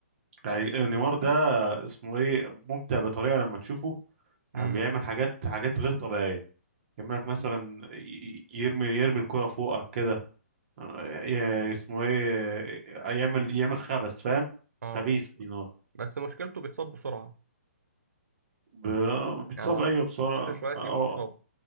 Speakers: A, on the right (about 45°); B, on the right (about 80°).
A: يعني نيمار ده اسمه ايه ممتع بطريقة لما تشوفه يعني
B: امم
A: بيعمل حاجات حاجات غير طبيعية يعمل لك مثلا ي- يرمي يرمي الكرة فوقك كده آه، ي- اسمه ايه آه، يعمل يعمل خبث فاهم
B: اه
A: خبيث
B: بس
A: دي نار
B: بس مشكلته بيتصاب بسرعه
A: ب- بيتصاب
B: يعني
A: ايوه بسرعه
B: كل شويه تلاقيه
A: اه آه،
B: مصاب
A: آه.